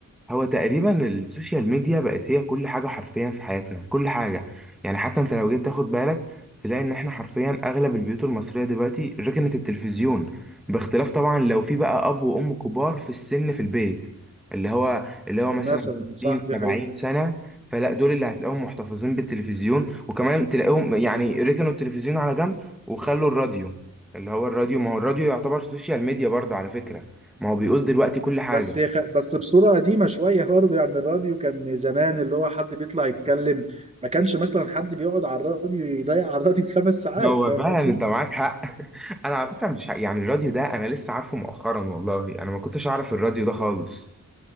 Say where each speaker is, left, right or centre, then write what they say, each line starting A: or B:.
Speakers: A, in the centre; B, on the right.
A: هو تقريبا السوشيال ميديا بقت هي كل حاجة حرفيا في حياتنا كل حاجة يعني حتى انت لو جيت تاخد بالك تلاقي ان احنا حرفيا اغلب البيوت المصرية دلوقتي ركنت التلفزيون باختلاف طبعا لو في بقى اب وام كبار في السن في البيت اللي هو اللي هو مثلا
B: مثلا
A: 60
B: صح دي
A: 70
B: حقيقة
A: سنة فلا دول اللي هتلاقيهم محتفظين بالتلفزيون وكمان تلاقيهم يعني ركنوا التلفزيون على جنب وخلوا الراديو اللي هو الراديو ما هو الراديو يعتبر سوشيال ميديا برضه على فكرة ما هو بيقول دلوقتي كل حاجة
B: بس يا خ... بس بصورة قديمة شوية برضه يعني الراديو كان زمان اللي هو حد بيطلع يتكلم ما كانش مثلا حد بيقعد على الراديو يضيع على الراديو خمس ساعات
A: هو
B: فاهم
A: فعلا
B: قصدي؟
A: انت معاك حق <laughs> انا على فكره مش ع- يعني الراديو ده انا لسه عارفه مؤخرا والله انا ما كنتش اعرف الراديو ده خالص